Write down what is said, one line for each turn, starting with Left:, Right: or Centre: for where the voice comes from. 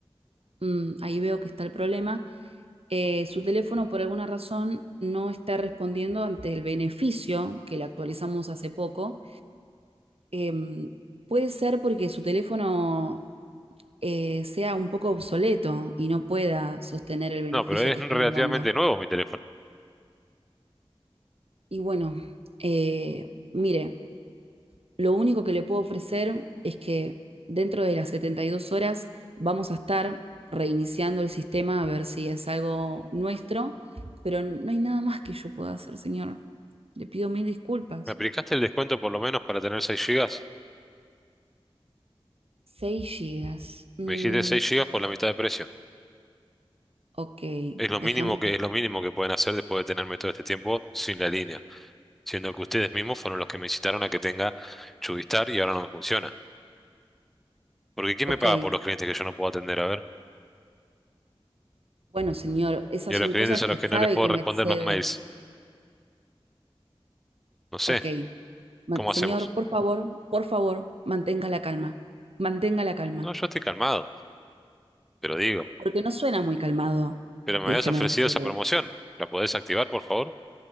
Right: Mm, ahí veo que está el problema. Eh, su teléfono por alguna razón no está respondiendo ante el beneficio que le actualizamos hace poco. Em, puede ser porque su teléfono eh, sea un poco obsoleto y no pueda sostener el beneficio
Centre: No, pero es
Right: que
Centre: relativamente
Right: estamos dando.
Centre: nuevo mi teléfono.
Right: Y bueno, eh, mire, Lo único que le puedo ofrecer es que dentro de las 72 horas vamos a estar reiniciando el sistema a ver si es algo nuestro, pero no hay nada más que yo pueda hacer, señor. Le pido mil disculpas.
Centre: ¿Me aplicaste el descuento por lo menos para tener 6 gigas
Right: 6 gigas. Mm,
Centre: Me dijiste seis gigas por la mitad de precio.
Right: ok,
Centre: Es lo
Right: déjame.
Centre: mínimo que,
Right: que-
Centre: es lo mínimo que pueden hacer después de tenerme todo este tiempo sin la línea, siendo que ustedes mismos fueron los que me incitaron a que tenga Chubistar y ahora no me funciona. Porque ¿quién
Right: Ok,
Centre: me paga por los clientes que yo no puedo atender? A ver.
Right: bueno, señor, esas
Centre: Y a
Right: son
Centre: los clientes
Right: cosas
Centre: a
Right: que
Centre: los que
Right: sabe
Centre: no les puedo
Right: que
Centre: responder
Right: me exceden.
Centre: los mails. No sé,
Right: Ok, ma-
Centre: ¿cómo
Right: señor,
Centre: hacemos?
Right: por favor, por favor, mantenga la calma. Mantenga la calma,
Centre: No, yo estoy calmado, pero digo.
Right: porque no suena muy calmado,
Centre: Pero
Right: déjeme
Centre: me habías ofrecido
Right: decirle.
Centre: esa promoción. ¿La podés activar, por favor?